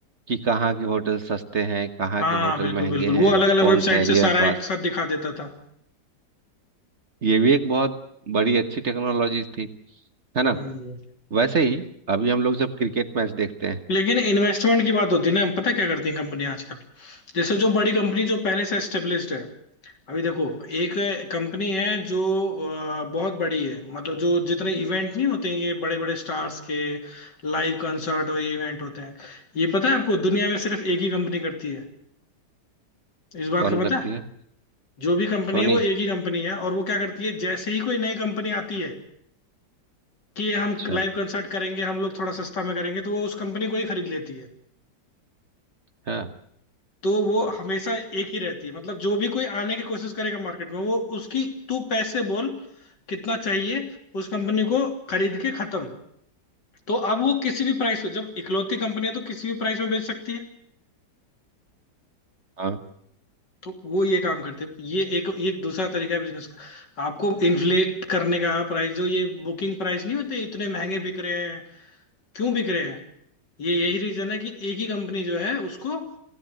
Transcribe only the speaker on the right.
कि कहाँ के होटल सस्ते हैं कहाँ
के होटल
महंगे
हैं
कौन
सा एरिया
पास
ये भी एक बहुत बड़ी अच्छी टेक्नोलॉजी थी है ना
वैसे ही अभी हम लोग जब क्रिकेट मैच देखते हैं
कौन
करती
है
सोनी
अच्छा
हाँ
हाँ